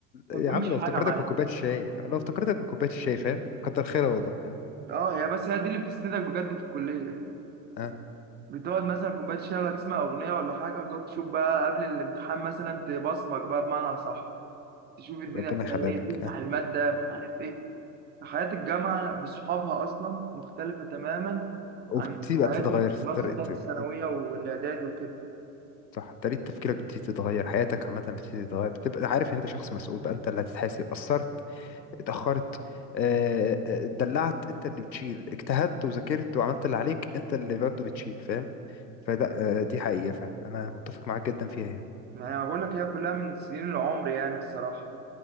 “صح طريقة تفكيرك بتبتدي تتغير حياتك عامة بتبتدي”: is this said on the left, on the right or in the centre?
Left